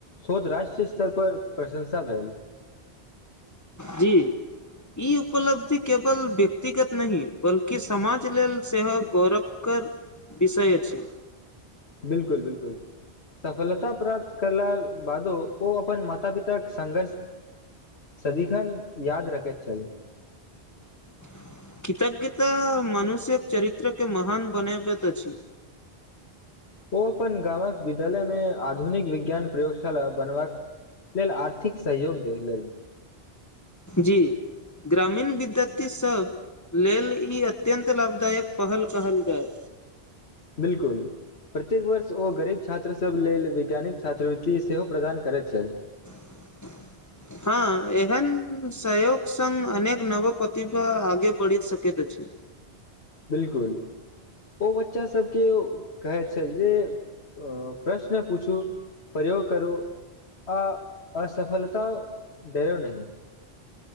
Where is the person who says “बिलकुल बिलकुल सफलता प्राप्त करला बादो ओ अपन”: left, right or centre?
Left